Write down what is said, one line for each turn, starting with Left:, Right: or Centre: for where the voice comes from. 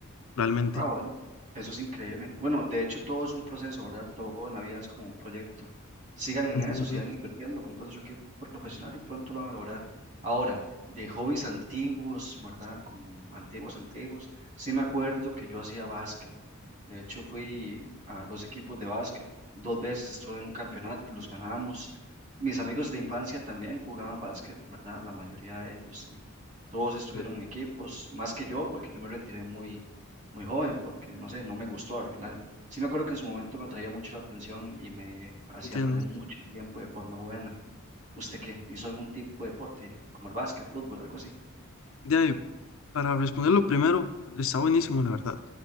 Left: realmente.
Right: Ah, bueno, eso es increíble. Bueno, de hecho todo es un proceso, ¿verdad? Todo en la vida es como un proyecto. Sigan en
Left: Entiendo,
Right: eso, sigan invirtiendo, compren su equipo profesional y pronto lo van a lograr. Ahora, de hobbies antiguos, ¿verdad? Como antiguos, antiguos. Sí me acuerdo que yo hacía básquet. De hecho, fui a dos equipos de básquet, dos veces estuve en un campeonato y los ganamos. Mis amigos de infancia también jugaban básquet, ¿verdad? La mayoría de ellos y todos estuvieron
Left: en-
Right: en equipos, más que yo, porque yo me retiré muy, muy joven, porque no sé, no me gustó al final. Sí me acuerdo que en su momento me atraía mucho la atención y me hacía
Left: entiendo.
Right: perder mucho el tiempo de forma buena. ¿Usted qué? ¿Hizo algún tipo de deporte, como el básquet, fútbol, algo así?
Left: De ahí, para responderlo primero, está buenísimo, la verdad.